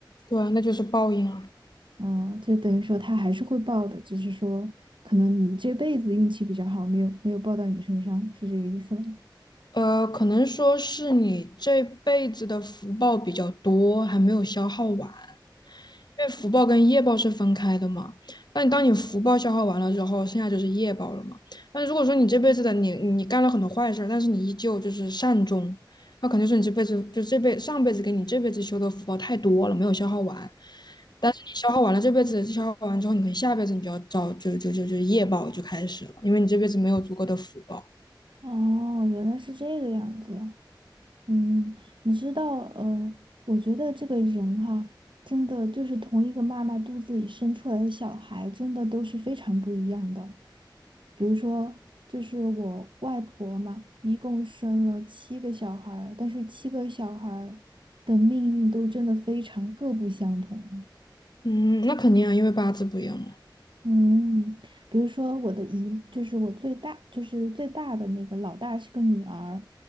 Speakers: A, on the left; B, on the right.
A: 对，那就是报应啊。
B: 啊，就等于说他还是会报的，只是说可能你这辈子运气比较好，没有没有报到你身上，是这个意思吗？
A: 呃，可能说是你这辈子的福报比较多，还没有消耗完。因为福报跟业报是分开的嘛。那你当你福报消耗完了之后，剩下就是业报了嘛。那如果说你这辈子的你你干了很多坏事但是你依旧就是善终，那肯定是你这辈子就这辈上辈子给你这辈子修的福报太多了，没有消耗完。但是你消耗完了这辈子消耗完之后，你可能下辈子你就要找就就就就业报就开始了，因为你这辈子没有足够的福报。
B: 哦，原来是这个样子。嗯，你知道，呃，我觉得这个人哈，真的就是同一个妈妈肚子里生出来的小孩，真的都是非常不一样的。比如说，就是我外婆嘛，一共生了七个小孩儿，但是七个小孩儿的命运都真的非常各不相同。
A: 嗯，那肯定啊，因为八字不一样嘛。
B: 嗯，比如说我的姨，就是我最大，就是最大的那个老大是个女儿，